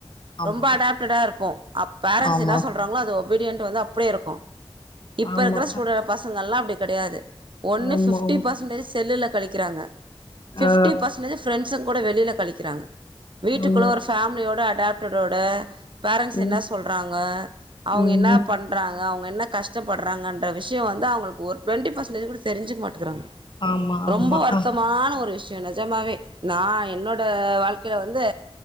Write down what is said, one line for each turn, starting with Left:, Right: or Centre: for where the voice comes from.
Left: ஆமா
Right: ரொம்ப அடாப்டடா இருப்போம் அப் பேரண்ட்ஸ்
Left: ஆமா
Right: என்ன சொல்ற அது ஒபீடியன்ட் வந்து அப்டியே இருக்கும் இப்ப
Left: ஆமா
Right: இருக்கிற சூழல பசங்களாம் எல்லாம் அப்படி கெடையாது ஒன்னு
Left: ஆமா
Right: ஃபிப்டி
Left: ஆமா
Right: பசன்டேஜ் செல்லுல கழிக்கிறாங்க பிப்டி
Left: ஆ
Right: பசன்டஜ் பிரெ பசன் கூட வெளியில கழிக்கிறாங்க வீட்டுக்குள்ள
Left: ஆமா
Right: ஒரு ஃபமிலியோட அட் அடாப்டரோட பேரன்ஸ்
Left: ம்
Right: என்ன சொல்றாங்க அவங்க
Left: ம்
Right: என்னபண்றாங் அவங்க என்ன கஷ்டப்படுறாங்கன்ற விஷயம் வந்து அவங்களுக்கு ஒரு டுவெண்டி பர்சன்டேஜ் கூட தெரிஞ்சுக்க மாட்டுறாங்க
Left: ஆமா ஆமா
Right: ரொம்ப வருத்தமான
Left: ஆ
Right: ஒரு விஷயம் நிஜமாவே நான் என்னோட வாழ்க்க இதுல வந்து